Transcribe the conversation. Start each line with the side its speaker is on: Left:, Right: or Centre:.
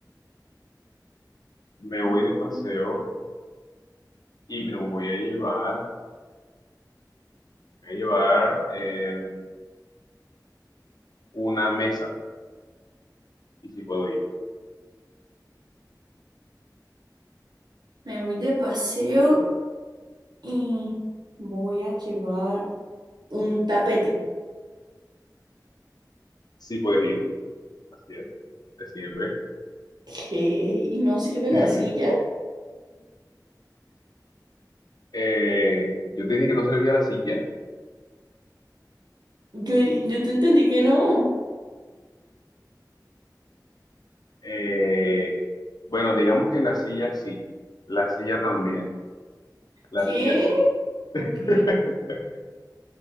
Left: Me voy
Right: Ok.
Left: de paseo y me voy a llevar Voy a llevar eh, una mesa. Y si puedo ir.
Right: Me voy de paseo y voy a llevar un tapete.
Left: Sí puedes ir. Así es. Te sirve.
Right: ¿Qué? ¿Y no sirve la
Left: <laughs>
Right: silla?
Left: Eh, yo te dije que no servía la silla.
Right: Yo, yo te entendí que no.
Left: Eh, bueno, digamos que la silla sí. La silla también. La
Right: ¿Qué?
Left: silla sí.
Right: Ok.
Left: <laughs>